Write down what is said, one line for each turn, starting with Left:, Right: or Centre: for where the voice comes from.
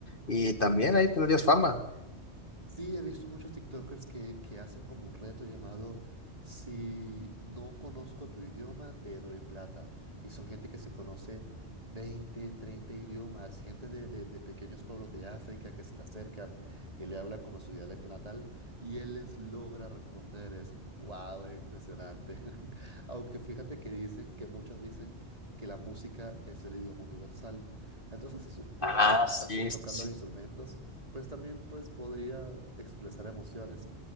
Left: y también ahí tendrías fama.
Right: Sí, he visto muchos TikTokers que, que hacen como un reto llamado Si no conozco tu idioma, te doy plata. Y son gente que se conoce 20, 30 idiomas, gente de, de- de pequeños pueblos de África que se le acercan y le hablan como su dialecto natal y él les logra responder. Es, wow, es impresionante. <laughs> Aunque fíjate que dicen, que muchos dicen que la música es el idioma universal. Entonces, si supiera
Left: Ah, sí,
Right: hacer- tocar
Left: sí, sí.
Right: los instrumentos, pues también pues podría expresar emociones,